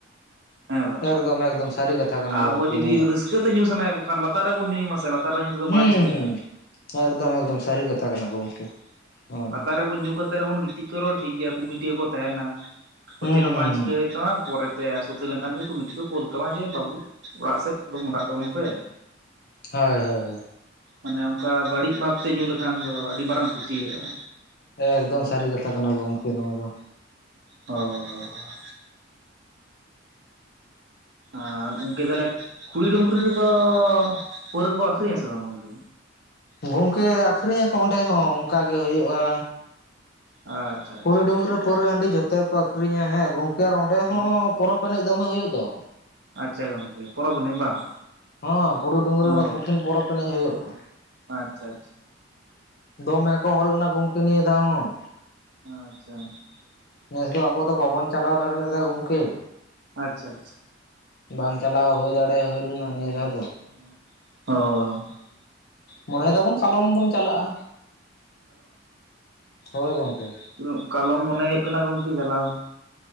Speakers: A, on the right; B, on the left.
A: ᱦᱮᱸ ᱵᱟᱝ᱾
B: ᱮᱠᱫᱚᱢ ᱮᱠᱫᱚᱢ ᱥᱟᱨᱤ ᱠᱟᱛᱷᱟ ᱠᱟᱱᱟ
A: ᱟᱵᱚ
B: ᱜᱚᱢᱠᱮ
A: ᱡᱩᱫᱤ
B: ᱚᱱᱟ ᱫᱚ
A: ᱨᱟᱹᱥᱠᱟᱹ ᱛᱮ ᱧᱩ ᱥᱟᱱᱟᱭᱮᱜ ᱵᱚᱠᱷᱟᱱ ᱞᱟᱛᱟᱨ ᱨᱮᱵᱚᱱ ᱧᱩᱭᱟ ᱢᱟ ᱥᱮ ᱞᱟᱛᱟᱨ ᱨᱮ ᱧᱩ ᱛᱮᱫᱚ ᱵᱟᱝ
B: ᱦᱩᱸ
A: ᱪᱤᱠᱟᱹᱜᱼᱟ
B: ᱦᱩᱸ ᱮᱠᱫᱚᱢ ᱮᱠᱫᱚᱢ ᱥᱟᱨᱤ ᱠᱟᱛᱷᱟ ᱠᱟᱱᱟ ᱜᱚᱢᱠᱮ᱾ ᱱᱚᱣᱟ
A: ᱯᱟᱛᱟ
B: ᱫᱚ ᱦᱩᱸ
A: ᱨᱮᱵᱚᱱ ᱧᱩ ᱠᱟᱛᱮᱜ ᱨᱮᱵᱚᱱ ᱜᱤᱛᱤᱡ ᱠᱚᱜ ᱨᱮᱦᱚᱸ ᱴᱷᱤᱠ ᱜᱮᱭᱟ ᱠᱩᱢᱤᱴᱤ ᱦᱚᱸ ᱠᱚ ᱛᱮᱦᱮᱱᱟ᱾
B: ᱦᱩᱸ
A: ᱪᱮᱫ ᱦᱚᱸ ᱵᱟᱝ ᱪᱤᱠᱟᱹ
B: ᱦᱩᱸ
A: ᱦᱩᱭᱩᱜ ᱛᱟᱢᱟ ᱯᱚᱨᱮᱼᱼ ᱯᱚᱨᱮᱛᱮ ᱥᱩᱛᱤᱞ‌ ᱞᱮᱱᱠᱷᱟᱱ ᱜᱮ ᱠᱚᱢᱤᱴᱤ ᱠᱚ ᱠᱳᱞ ᱠᱟᱢᱟ ᱡᱮ ᱵᱟᱵᱩ ᱚᱲᱟᱜ ᱥᱮᱫ ᱢᱚᱸᱰᱷᱟᱜ ᱛᱟᱵᱚᱱ ᱯᱮ᱾
B: ᱦᱚᱭ ᱦᱚᱭ ᱦᱚᱭ᱾
A: ᱢᱟᱱᱮ ᱚᱱᱠᱟ ᱵᱟᱲᱤᱡ ᱵᱷᱟᱵᱽ ᱛᱮ ᱧᱩ ᱞᱮᱠᱷᱟᱱ ᱫᱚ ᱟᱹᱰᱤ ᱢᱟᱨᱟᱝ ᱠᱷᱩᱛᱤ‌ ᱦᱩᱭᱩᱜ-ᱟ᱾
B: ᱮᱠᱫᱚᱢ ᱥᱟᱨᱤ ᱠᱟᱛᱷᱟ ᱠᱟᱱᱟ ᱜᱚᱢᱠᱮ ᱱᱚᱣᱟ ᱫᱚ᱾
A: ᱦᱚᱻ᱾ ᱟᱨ ᱜᱚᱝᱠᱮ ᱛᱟᱦᱚᱞᱮ ᱠᱷᱩᱲᱤ ᱰᱩᱝᱨᱤ ᱨᱮᱫᱚ ᱯᱟᱹᱣᱨᱟᱹ ᱠᱚᱠᱚ ᱟᱠᱷᱨᱤᱧᱟ ᱥᱮ ᱵᱟᱝ ᱜᱚᱝᱠᱮ?
B: ᱜᱚᱝᱠᱮ ᱟᱠᱷᱨᱤᱧ ᱧᱟᱠᱚ ᱚᱸᱰᱮ ᱦᱚᱸ ᱚᱱᱠᱟ ᱜᱮ ᱦᱩᱭᱩᱜ-ᱟ᱾
A: ᱟᱪᱪᱷᱟ
B: ᱠᱩᱲᱩ
A: ᱟᱪᱪᱷᱟ
B: ᱰᱩᱝᱨᱤ ᱨᱮ ᱯᱟᱹᱣᱨᱟᱹ ᱦᱟᱺᱰᱤ ᱡᱚᱛᱚ ᱜᱮ ᱠᱚ ᱟᱠᱷᱨᱤᱧᱟ ᱦᱮᱸ ᱜᱚᱝᱠᱮ ᱟᱨ ᱚᱸᱰᱮ
A: ᱟᱪᱪᱷᱟ
B: ᱦᱚᱸ ᱯᱚᱨᱚᱯ ᱮᱱᱮᱡ ᱫᱚᱢᱮ ᱦᱩᱭᱩᱜ ᱫᱚ᱾
A: ᱟᱪᱪᱷᱟ ᱜᱚᱝᱠᱮ ᱯᱚᱨᱚᱵᱽ ᱮᱱᱮᱡ ᱵᱟᱝ᱾
B: ᱦᱚᱸ ᱠᱷᱩᱸᱲᱤ ᱰᱩᱝᱨᱤ
A: ᱚ
B: ᱨᱮ ᱠᱩᱴᱷᱤᱱ ᱯᱚᱨᱚᱯ ᱮᱱᱮᱡ ᱦᱩᱭᱩᱜ-ᱟ᱾
A: ᱟᱪᱪᱷᱟ ᱟᱪᱪᱷᱟ
B: ᱫᱚᱢᱮ ᱠᱚ ᱦᱚᱲ ᱞᱮᱱᱟ ᱜᱚᱝᱠᱮ ᱱᱤᱭᱟᱹ ᱫᱷᱟᱣ ᱦᱚᱸ᱾
A: ᱟᱪᱪᱷᱟ ᱟᱪᱪᱷᱟ
B: ᱱᱮᱥ ᱫᱚ ᱟᱵᱚ ᱫᱚ ᱵᱟᱵᱚᱱ ᱪᱟᱞᱟᱣ ᱫᱟᱲᱮ ᱭᱟᱫᱟ ᱜᱚᱝᱠᱮ᱾
A: ᱟᱪᱪᱷᱟ ᱟᱪᱪᱷᱟ᱾
B: ᱵᱟᱝ ᱪᱟᱞᱟᱣ ᱦᱩᱭ ᱫᱟᱲᱮ ᱦᱩᱭ ᱞᱮᱱᱟ ᱱᱤᱭᱟᱹ ᱫᱷᱟᱣ ᱫᱚ᱾
A: ᱚᱦ ᱦᱳ᱾
B: ᱢᱚᱱᱮᱭ ᱫᱟᱵᱚᱱ ᱠᱟᱞᱚᱢ ᱵᱚᱱ ᱪᱟᱞᱟᱜ-ᱟ᱾ ᱦᱳᱭ ᱜᱚᱝᱠᱮ᱾
A: ᱩᱸᱜ ᱠᱟᱞᱚᱢ ᱢᱚᱱᱮ ᱦᱩᱭᱩᱜ ᱠᱟᱱᱟ ᱜᱚᱝᱠᱮ ᱪᱟᱞᱟᱣ᱾